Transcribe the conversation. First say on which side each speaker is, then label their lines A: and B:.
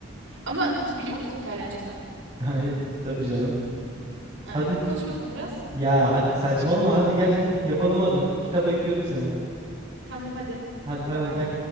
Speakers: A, on the right; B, on the right.
A: Ama biliyor musun İtalyanca sen?
B: Hayır, t- tabii canım.
A: Ha,
B: Hadi.
A: bir konuş bakalım biraz.
B: Ya hadi saçmalama hadi gel. Yapalım hadi. Kitap bekliyorum seni.
A: Tamam hadi.
B: Hadi bay
A: Bay
B: bay
A: bay.
B: gel.